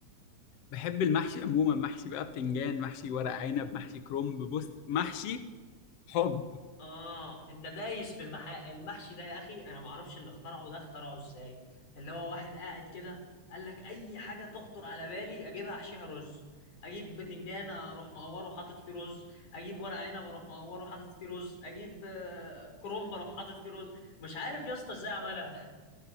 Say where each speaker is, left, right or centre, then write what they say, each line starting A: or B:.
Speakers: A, on the left (about 60°); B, on the left (about 85°).
A: بحب المحشي عموما محشي بقى بتنجان محشي ورق عنب محشي كرنب بص محشي حب
B: اه انت دايس في المح... المحشي ده يا اخي انا ما اعرفش اللي اخترعه ده اخترعه ازاي اللي هو واحد قاعد كده قال لك اي حاجه تخطر على بالي اجيبها احشيها رز اجيب بتنجان اروح مقوره حاطط فيه رز اجيب ورق عنب اروح مقوره حاطط فيه رز اجيب آه، كرنب اروح حاطط فيه رز مش عارف يا اسطى ازاي عملها